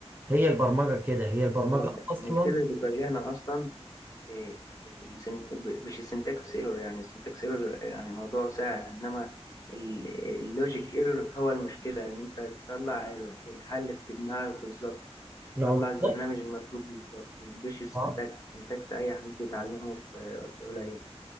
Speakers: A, on the right; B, on the left.
A: هي البرمجه كده هي البرمجه
B: هو
A: اصلا
B: المشكلة اللي بتواجهنا أصلا إيه، السنت... مش السنتكس ايرور يعني السنتكس ايرور يعني موضوع سهل إنما ال- اللوجيك ايرور هو المشكلة إن أنت تطلع ال- الحل في دماغك بالظبط تطلع
A: نعم بالظبط
B: البرنامج المطلوب بالظبط مش السنتكس
A: اه
B: السنتكس أي حد يتعلمه في وقت قليل